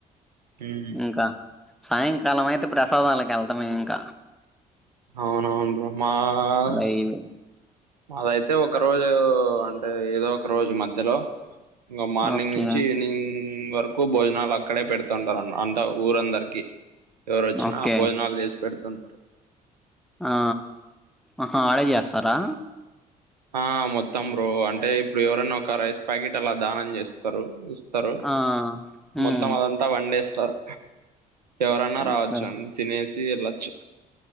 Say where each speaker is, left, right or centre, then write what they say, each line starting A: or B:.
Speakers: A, on the right; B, in the centre.
A: ఉమ్,
B: ఇంకా సాయంకాలం అయితే ప్రసాదాలకు ఎల్టమే ఇంక.
A: అవునవును బ్రో మాస్
B: డైలీ
A: మాదైతే ఒక రోజు ఉ అంటే ఏదో ఒక రోజు మధ్యలో ఇంగ మార్నింగ్
B: ఓకే
A: నుంచి ఈవినింగ్ వరకు భోజనాలు అక్కడే పెడుతుంటారన్ అంట ఊరందరికి. ఎవరు వచ్చినా
B: ఓకే
A: భోజనాలు చేసి పెడుతుంటరు.
B: ఆ ఆహా ఆడే చేస్తరా?
A: ఆ మొత్తం బ్రో అంటే ఇప్పుడు ఎవరైనా ఒక రైస్ ప్యాకెట్ అలా దానం చేస్తరు ఇస్ తరు
B: ఆ హ్మ్
A: మొత్తం అదం త వండేస్తరు. ఎవరైనా రావచ్చు
B: ఓకే
A: అన్ తినేసి వెళ్ళొచ్చు.